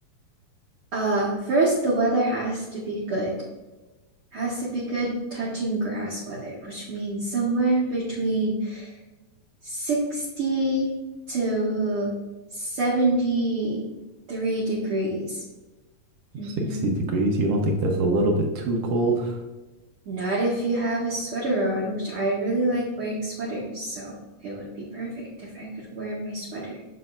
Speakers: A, on the right; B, on the right.
A: uh first the weather has to be good. Has to be good touching grass weather, which means somewhere between 60 to 73 degrees. hmm
B: 60 degrees. You don't think that's a little bit too cold?
A: Not if you have a sweater on, which I really like wearing sweaters, so it would be perfect if I could wear my sweater.